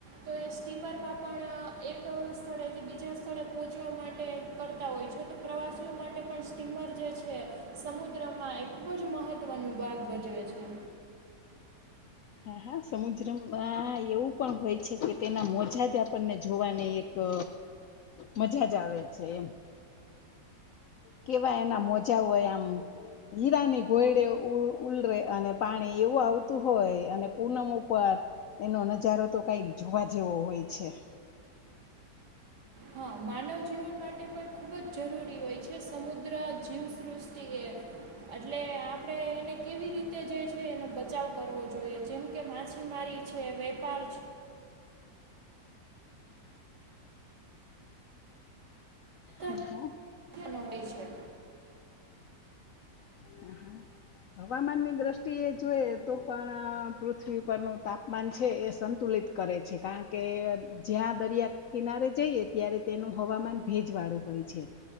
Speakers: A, on the right (about 70°); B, on the left (about 70°).
A: તો એ સ્ટીમરમાં પણ એક સ્થળેથી બીજા સ્થળે પહોંચવા માટે કરતા હોય છે છ તો પ્રવાસીઓ માટે પણ સ્ટીમર જે છે સમુદ્રમાં એ ખૂબ જ મહત્વનું ભાગ ભજવે છે
B: <inaudible> હા હા સમુદ્રમાં એવું પણ હોય છે કે તેના મોજા જ આપણને જોવા ન તો મજા જ આવે છે એમ કેવા એના મોજા હોય આમ હીરાની ઘોયડે ઉલરે અને પાણી એવું આવતું હોય અને પૂનમ ઉપર એનો નજારો તો કઈક જોવા જેવો હોય છે હ
A: હા માનવ જીવન માટે પણ ખૂબ જ જરૂરી હોય છે સમુદ્ર જીવસૃષ્ટિએ એટલે આપડે એને કેવી રીતે જે છે એનો બચાવ કરવો જોઈએ જેમ કે માછીમા મારી છે વેપાર બધા
B: હા હા
A: જ હોય છે.
B: હા હા હવામાનની દ્રષ્ટિએ જોઈ તો પણ અહહ પૃથ્વી પરરનું તાપમાન છે એ સંતુલિત કરે છે કારણ કે જ્યાં દરિયા કિનારે જઈએ ત્યારે તેનું હવામાન ભેજવાળું હોય છે